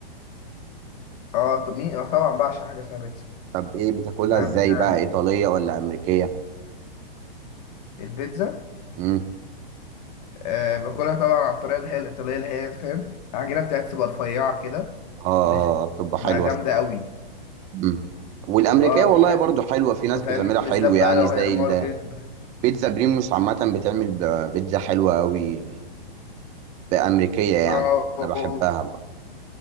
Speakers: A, on the left; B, on the right.
A: اه طب مين اه طبعا بعشق حاجة اسمها بيتزا
B: طب ايه بتاكلها
A: يعني
B: ازاي
A: بيتزا
B: بقى ايطاليه ولا امريكيه
A: البيتزا
B: امم
A: آه باكلها طبعا على الطريقة اللي هي الإيطالية اللي هي فاهم العجينة بتاعتها تبقى رفيعة كده
B: اه
A: بتبقى
B: بتبقى حلوه
A: جامدة
B: الصراحه
A: قوي
B: امم والامريكيه
A: اه
B: والله برضو حلوه في ناس بتعملها
A: فاهم بالذات
B: حلو يعني
A: بقى لو
B: زي
A: هي مارجريت
B: البيتزا بريموس عامه بتعمل ب- بيتزا حلوه قوي بامريكيه يعني
A: اه
B: انا بحبها برضو.